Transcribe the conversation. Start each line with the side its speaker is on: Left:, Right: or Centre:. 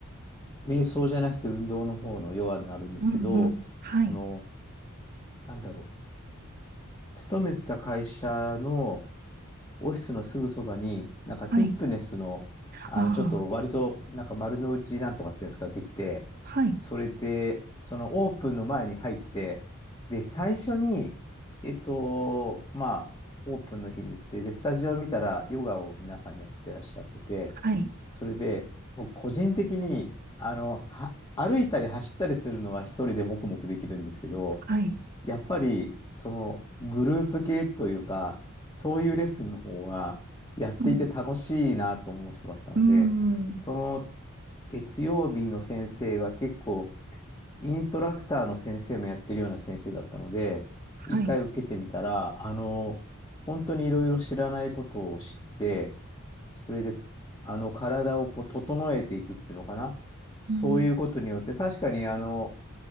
Left: 瞑想じゃなくて運動の方のヨガになるんですけど、
Right: うんうん。はい。
Left: その、なんだろう。勤めてた会社の、オフィスのすぐそばに、なんかティップネスの、
Right: はい。
Left: あの、
Right: あ
Left: ちょっと割と、なんか丸の内なんとかってやつができて、
Right: あ。はい。
Left: それで、そのオープンの前に入って、で、最初に、えっと、まあ、オープンの日に行って、で、スタジオを見たら、ヨガを皆さんやってらっしゃってて、
Right: はい。
Left: それで、もう個人的に、あの、は、歩いたり走ったりするのは一人で黙々できるんですけど、
Right: はい。
Left: やっぱり、その、グループ系というか、そういうレッスンの方が、やっていて楽しいなと思う人だったので、
Right: うん。うー
Left: その、
Right: ん。
Left: 月曜日の先生が結構、インストラクターの先生もやってるような先生だったので、一回受けてみたら、
Right: はい。
Left: あの、本当にいろいろ知らないことを知って、それで、あの、体をこう整えていくっていうのかな。そういうことによって、
Right: うん。
Left: 確かに、あの、